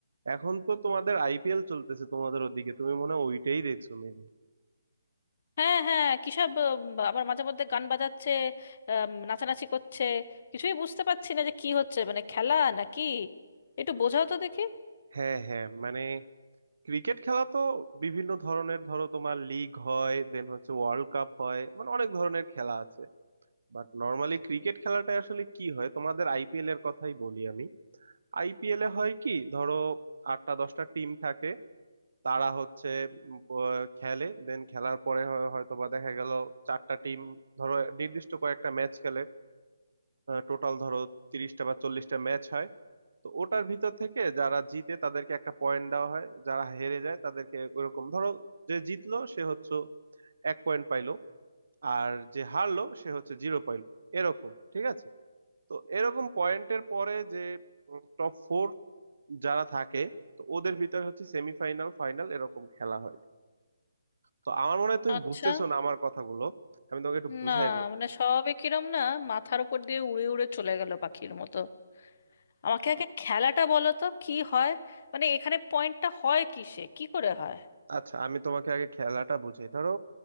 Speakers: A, on the right; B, on the left.
A: এখন তো তোমাদের আইপিএল চলতেছে তোমাদের ওদিকে তুমি মনে হয় ওইটাই দেখছো মেবি
B: হ্যাঁ হ্যাঁ কিসব উম, আবার মাঝে মধ্যে গান বাজাচ্ছে আম, নাচানাচি করছে কিছুই বুঝতে পারছি না যে কি হচ্ছে মানে খেলা নাকি একটু বোঝাও তো দেখি
A: হ্যাঁ হ্যাঁ মানে ক্রিকেট খেলা তো বিভিন্ন ধরনের ধরো তোমার লিগ হয় দেন হচ্ছে ওয়ার্ল্ড কাপ হয় মানে অনেক ধরনের খেলা আছে বাট নর্মালি ক্রিকেট খেলাটা আসলে কি হয় তোমাদের আইপিএল এর কথাই বলি আমি আইপিএল এ হয় কি ধরো আটটা দশটা টিম থাকে তারা হচ্ছে উম, প- খেলে দেন খেলার পরে হয়- হয়তো বা দেখা গেল চারটা টিম ধরো নির্দিষ্ট কয়েকটা ম্যাচ খেলে টোটাল ধরো তিরিশটা বা চল্লিশটা ম্যাচ হয় তো ওটার ভিতর থেকে যারা জিতে তাদেরকে একটা পয়েন্ট দেওয়া হয় যারা হেরে যায় তাদেরকে ওরকম ধরো যে জিতলো সে হচ্ছে এক পয়েন্ট পাইলো আর যে হারলো সে হচ্ছে জিরো পাইলো এরকম ঠিক আছে তো এরকম পয়েন্টের পরে যে টপ ফোর যারা থাকে তো ওদের ভিতরে হচ্ছে সেমিফাইনাল ফাইনাল এরকম খেলা হয় তো আমার মনে হয় তুমি
B: আচ্ছা
A: বুঝতেছো না আমার কথাগুলো আমি তোমাকে একটু বুঝাই
B: না
A: বলি
B: মানে
A: <laughs>
B: সবে কিরম না মাথার উপর দিয়ে উড়ে উড়ে চলে গেল পাখির মতো আমাকে আগে খেলাটা বলো তো কি হয় মানে এখানে পয়েন্টটা হয় কিসে কি করে হয়
A: আচ্ছা আমি তোমাকে আগে খেলাটা বুঝাই ধরো